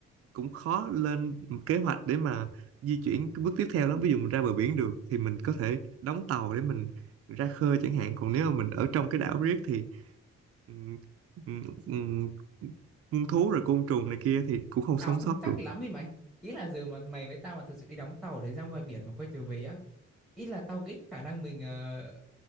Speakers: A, on the right; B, in the centre.
A: cũng khó lên kế hoạch để mà di chuyển cái bước tiếp theo lắm ví dụ mình ra bờ biển được thì mình có thể đóng tàu để mình ra khơi chẳng hạn còn nếu mà mình ở trong cái đảo riết thì ừm, ừm, ừm, muôn thú rồi côn trùng này kia thì cũng không
B: Tao
A: sống
B: không
A: sót
B: chắc
A: được
B: lắm đi mày. Ý là giờ mà mày với tao mà thực sự đi đóng tàu để ra ngoài biển mà quay trở về á, ý là tao nghĩ khả năng mình ờ,